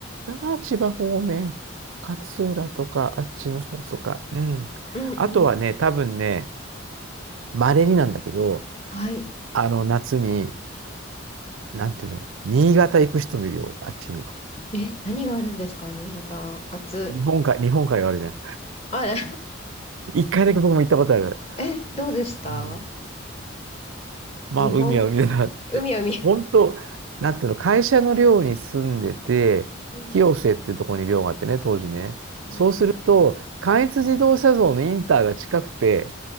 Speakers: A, on the right; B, on the left.
A: あ千葉方面、勝浦とか、あっちの方とか。うん。
B: うんうん。
A: あとはね、多分ね、稀になんだけど、
B: はい。
A: あの、夏に、なんていうの、新潟行く人もいるよ、あっちに。
B: え、何があるんですか、新潟。夏。
A: 日本海、日本海があるじゃん。
B: あれ
A: 一回だけ僕も行ったことある。
B: <laughs> え、どうでした
A: うん。まあ、
B: 日本、
A: 海は海だなって。
B: 海海。
A: 本当、なんていうの、会社の寮に住んでて、
B: うん、
A: 清瀬っていうところに寮があってね、当時ね。
B: うん。
A: そうすると、関越自動車道のインターが近くて、